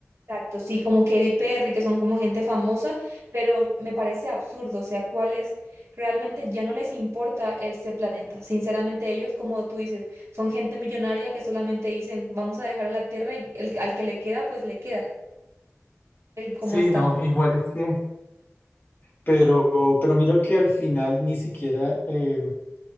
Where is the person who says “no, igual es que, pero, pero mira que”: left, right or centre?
Left